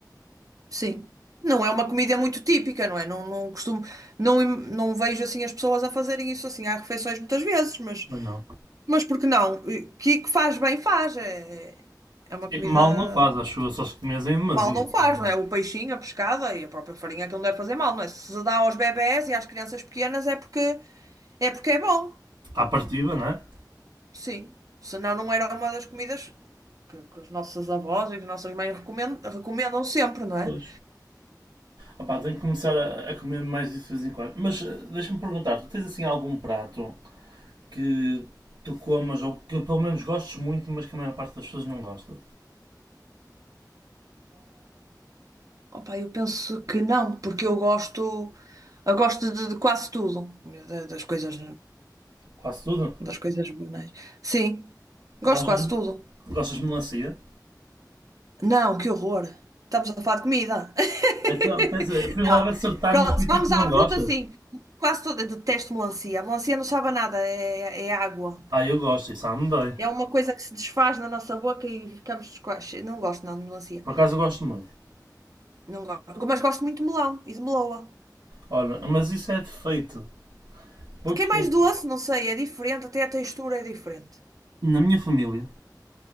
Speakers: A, on the right; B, on the right.
A: Sim. Não é uma comida muito típica, não é? Não, não costumo, não, não vejo assim as pessoas a fazerem isso assim. Há refeições muitas vezes, mas,
B: Mas não.
A: mas por que não? Que, que faz bem, faz. É, é uma
B: E
A: comida
B: mal não faz, acho eu, só se comes em demasia.
A: mal não faz,
B: mas não.
A: não é? O peixinho, a pescada e a própria farinha que não deve fazer mal, não é? Se se dá aos bebés e às crianças pequenas é porque é porque é bom.
B: À partida, não é?
A: Sim. Senão não era uma das comidas que, que os nossos avós e que as nossas mães recomendam, recomendam sempre, não é?
B: Pois. Opá, tenho que começar a, a comer mais disso de vez em quando. Mas eh, deixa-me perguntar, tu tens assim algum prato que tu comas ou que pelo menos gostes muito, mas que a maior parte das pessoas não gosta?
A: Opa, eu penso que não, porque eu gosto, eu gosto de, de quase tudo, da- das coisas,
B: Quase tudo?
A: das coisas banais. Sim, gosto
B: Gostas,
A: de quase tudo.
B: gostas de melancia?
A: Não, que horror. Estamos a falar de comida. <laughs>
B: Então, quer dizer, fui logo
A: Não.
B: acertar
A: Pronto,
B: num sítio
A: vamos
B: que tu
A: à
B: não gostas.
A: fruta, sim. Quase toda, eu detesto melancia. A melancia não sabe a nada, é, é água.
B: Ah, eu gosto, e sabe-me bem.
A: É uma coisa que se desfaz na nossa boca e ficamos descoaches. Não gosto não de melancia.
B: Por acaso eu gosto muito.
A: Não gosto. Mas gosto muito de melão e de meloa.
B: Ora, mas isso é defeito. Vou-te
A: Porque é
B: explicar.
A: mais doce, não sei, é diferente, até a textura é diferente.
B: Na minha família,